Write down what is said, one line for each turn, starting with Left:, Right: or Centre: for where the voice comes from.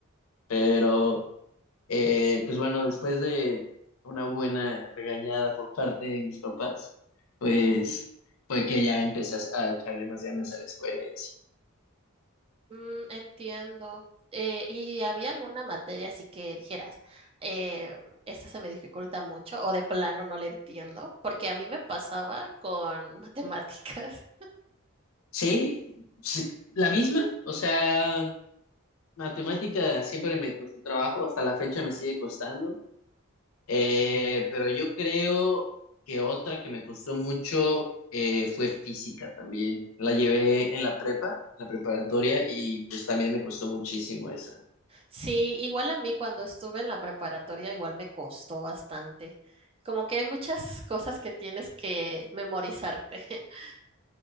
Left: Pero. Eh, pues bueno, después de una buena regañada por parte de mis papás, pues fue que ya empecé a, a echarle más ganas a la escuela y así.
Right: Mm, entiendo. Eh, ¿y había alguna materia así que dijeras, eh, esta se me dificulta mucho o de plano no la entiendo? Porque a mí me pasaba con <laughs> matemáticas.
Left: Sí, sí, la misma, o sea, matemática siempre me costó trabajo, hasta la fecha me sigue costando, Eh, pero yo creo que otra que me costó mucho eh, fue física también. La llevé en la prepa, la preparatoria, y pues también me costó muchísimo esa.
Right: Sí, igual a mí cuando estuve en la preparatoria igual me costó bastante. Como que hay muchas cosas que tienes que memorizarte. <laughs>